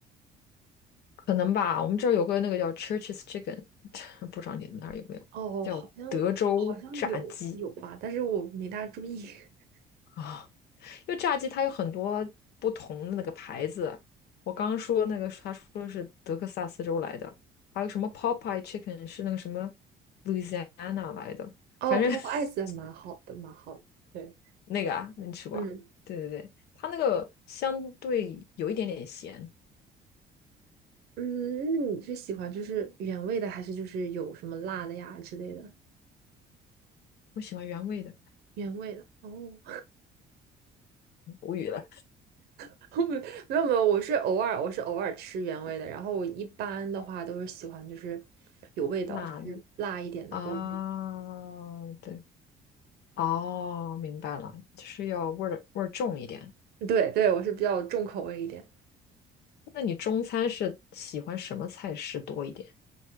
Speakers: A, on the left; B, on the right.
A: 可能吧。我们这儿有个那个叫 Church's Chicken，<laughs> 不知道你们那儿有没有，
B: 哦，
A: 叫德州炸鸡
B: 好像好像有有吧，但是我没大注意。<laughs>
A: 啊。因为炸鸡它有很多不同的那个牌子，我刚刚说那个他说是德克萨斯州来的，还有什么 Popeye Chicken 是那个什么 Louisiana 来的，
B: 哦，Pop
A: 反正 <laughs>
B: Ice 还蛮好的，蛮好的。对，
A: 那个啊，那你吃过啊对对对，
B: 嗯
A: 它那个相对有一点点咸，
B: 嗯，那你是喜欢就是原味的，还是就是有什么辣的呀之类的？
A: 我喜欢原味的，
B: 原味的哦，
A: 无语了，
B: <laughs> 没有没有，我是偶尔我是偶尔吃原味的，然后我一般的话都是喜欢就是有味道，
A: 辣的
B: 就是辣一点的，
A: 啊，
B: 或者是。
A: 对，哦，明白了，就是要味儿味儿重一点。
B: 对对，我是比较重口味一点。
A: 那你中餐是喜欢什么菜式多一点？